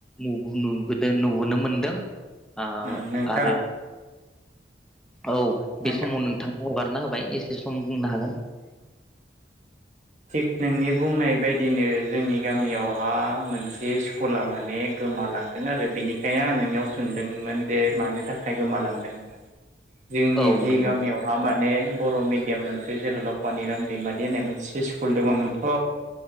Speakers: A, in the centre; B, on the right.
A: नु नुबोदों नुबोनो मोनदों आ
B: ओ नोंथां
A: आरो औ बे
B: ओ
A: समाव नोंथानो हगारना होबाय एसे सम बुंनो हागोन।
B: थिग नोंनि बुंनाय बायदिनो जोंनि गामियावहा मोनसे स्कुला माने गोमालांदों आरो बेनिखायनो आं नोंनियाव सोंदोंमोन जे मानो थाखाय गोमालांदों होननानै। जोंनि
A: औ
B: जि
A: नंगौ
B: गामियावहा मा ने बर' मिडियाम मोनसे जोहोलाव पानिराम दैमारि होननाय मोनसे स्कुल दङमोनथ'